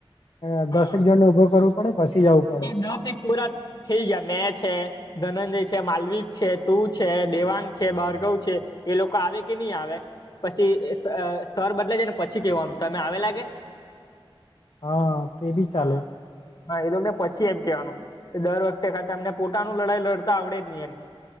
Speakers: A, on the left; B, on the left.
A: હે
B: એ દસેક જણને ઉભો કરવું પડે પછી જવું પડે.
A: નાશિક પોરા ખેલ જયા મેચ હે. ધનંજય છે, માલવીક છે, તું છે, દેવાંગ છે, ભાર્ગવ છે એ લોકો આવે કે ની આવે પછી એ સ સર બદલઈ જાય ને પછી કેવાનું તમે આવે લાગે.
B: હા તેબી
A: હા
B: ચાલે.
A: હા એતો મેને પછી એમ કહેવાનું. તે દર વખતે <unintelligible> તમને પોતાનું લડાઈ લડતા આવડે જ નહી એમ